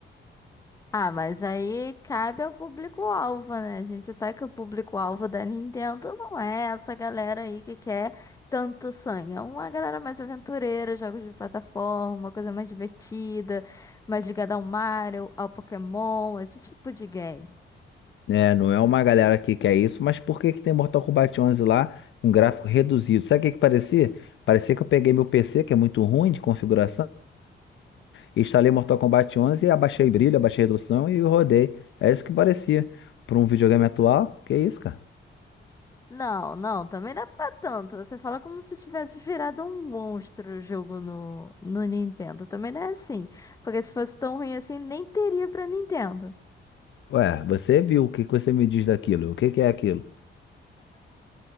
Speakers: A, on the left; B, on the left.
A: Ah, mas aí cabe ao público-alvo, né? A gente sabe que o público-alvo da Nintendo não é essa galera aí que quer tanto sangue. É uma galera mais aventureira, jogos de plataforma, uma coisa mais divertida, mais ligada ao Mario, ao Pokémon, esse tipo de game.
B: É, não é uma galera que quer isso, mas por que que tem Mortal Kombat 11 lá com gráfico reduzido? Sabe o que que parecia? Parecia que eu peguei meu PC, que é muito ruim de configuração, e instalei Mortal Kombat 11 e abaixei brilho, abaixei resolução e rodei. É isso que parecia. Para um videogame atual, que isso, cara?
A: Não, não, também dá é pra tanto. Você fala como se tivesse virado um monstro o jogo no, no Nintendo. Também não é assim. Porque se fosse tão ruim assim, nem teria pra Nintendo.
B: Ué, você viu, o que que você me diz daquilo? O que que é aquilo?